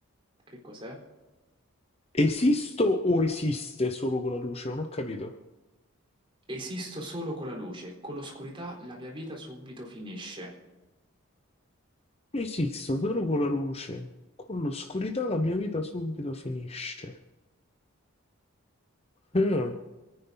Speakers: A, on the right; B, on the left.
A: Che cos'è?
B: Esisto o esiste solo con la luce? Non ho capito.
A: Esisto solo con la luce, con l'oscurità la mia vita subito finisce.
B: Esisto solo con la luce. Con l'oscurità la mia vita subito finisce. Eh,